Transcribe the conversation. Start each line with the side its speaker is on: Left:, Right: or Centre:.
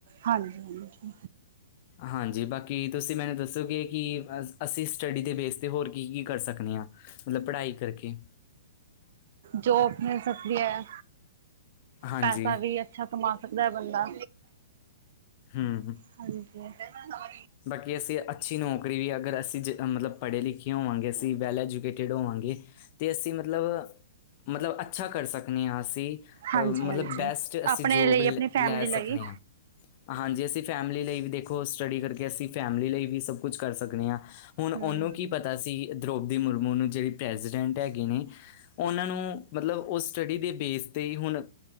Right: ਹਾਂਜੀ-ਹਾਂਜੀ।
Left: ਹਾਂਜੀ। ਬਾਕੀ ਤੁਸੀਂ ਮੈਨੂੰ ਦੱਸੋਗੇ ਕਿ ਅਸੀਂ ਸਟੱਡੀ ਦੇ ਬੇਸ 'ਤੇ ਹੋਰ ਕੀ-ਕੀ ਕਰ ਸਕਦੇ ਹਾਂ? ਮਤਲਬ ਪੜ੍ਹਾਈ ਕਰਕੇ
Right: ਜੋਬ ਮਿਲ ਸਕਦੀ ਆ,
Left: ਹਾਂਜੀ,
Right: ਪੈਸਾ ਵੀ ਐ। ਅੱਛਾ ਕਮਾ ਸਕਦਾ ਐ ਬੰਦਾ।
Left: ਹਮ-ਹੂੰ।
Right: ਹਾਂਜੀ।
Left: ਬਾਕੀ ਅਸੀਂ ਅੱਛੀ ਨੌਕਰੀ ਵੀ ਅਗਰ ਅਸੀਂ ਜ ਮਤਲਬ ਪੜ੍ਹੇ ਲਿਖੇ ਹੋਵਾਂਗੇ ਅਸੀਂ ਵੈੱਲ ਐਜੂਕੇਟਿਡ ਹੋਵਾਂਗੇ। ਤੇ ਅਸੀਂ ਮਤਲਬ-ਮਤਲਬ ਅੱਛਾ ਕਰ ਸਕਨੇ ਆ ਅਸੀਂ
Right: ਹਾਂਜੀ
Left: ਅ ਮਤਲਬ
Right: ਹਾਂਜੀ
Left: ਬੈਸਟ ਅਸੀਂ
Right: ਆਪਣੇ
Left: ਜੋਬ
Right: ਲਈ
Left: ਲੈ
Right: ਆਪਣੀ ਫੈਮਿਲੀ
Left: ਲੈ
Right: ਲਈ
Left: ਸਕਨੇ ਆ। ਹਾਂਜੀ, ਅਸੀਂ ਫੈਮਿਲੀ ਲਈ ਵੀ ਦੇਖੋ ਸਟੱਡੀ ਕਰਕੇ, ਅਸੀਂ ਫੈਮਿਲੀ ਲਈ ਵੀ ਸਭ ਕੁਝ ਕਰ ਸਕਨੇ ਆ। ਹੁਣ ਉਹਨੂੰ
Right: ਹਮ
Left: ਕੀ ਪਤਾ ਸੀ ਦਰੋਪਦੀ ਮੁਰਮੂ ਨੂੰ ਜਿਹੜੇ ਪ੍ਰੈਜੀਡੈਂਟ ਹੈਗੇ ਨੇ ਉਹਨਾਂ ਨੂੰ ਮਤਲਬ ਉਹ ਸਟੱਡੀ ਦੇ ਬੇਸ 'ਤੇ ਹੀ ਹੁਣ